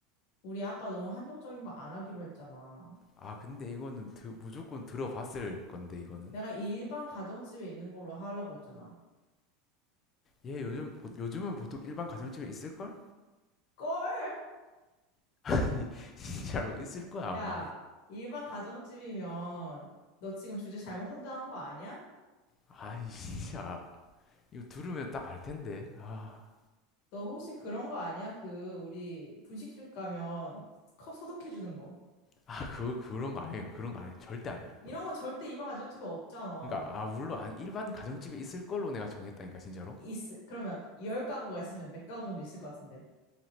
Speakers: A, on the left; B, on the left.
A: 우리 아까 너무 한정적인 거 안 하기로 했잖아.
B: 아 근데 이거는 드- 무조건 들어봤을 건데 이거는
A: 내가 일반 가정집에 있는 걸로 하려고 했잖아.
B: 얘 요즘 보- 요즘은 보통 일반 가정집에 있을걸?
A: 걸!
B: <laughs> 아니 진짜로 있을 거야 아마
A: 야, 일반 가정집이면 너 지금 주제 잘못 선정한 거 아니야?
B: 아니 진짜 이거 들으면 딱 알 텐데 아,
A: 너 혹시 그런 거 아니야? 그 우리 분식집 가면 컵 소독해 주는 거.
B: 아 그, 그런 거 아니에요 그런 거 아니에요 절대 아니야
A: 이런
B: 그런 거.
A: 건 절대 일반 가정집에 없잖아.
B: 그러니까 아 물론 한 일반 가정집에 있을 걸로 내가 정했다니까 진짜로
A: 있, 그러면 열 가구가 있으면 몇 가구 정도 있을 것 같은데.